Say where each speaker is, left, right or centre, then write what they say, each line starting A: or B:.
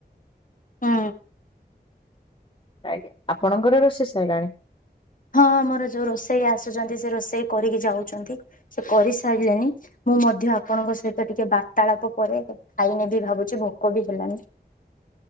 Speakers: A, on the left; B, on the left.
A: ହଁ।
B: ଆଜ୍ଞା ଆପଣଙ୍କର ରୋଷେଇ ସାଇଲାଣି?
A: ହଁ ଆମର ଯୋଉ ରୋଷେଇଆ ଆସୁଛନ୍ତି ସେ ରୋଷେଇ କରିକି ଯାଉଛନ୍ତି ସେ କରିସାରିଲେନି। ମୁଁ ମଧ୍ୟ ଆପଣଙ୍କ ସହିତ ଟିକେ ବାର୍ତାଳାପ ପରେ ଖାଇନେବି ଭାବୁଛି ଭୋକ ବି ହେଲାନି।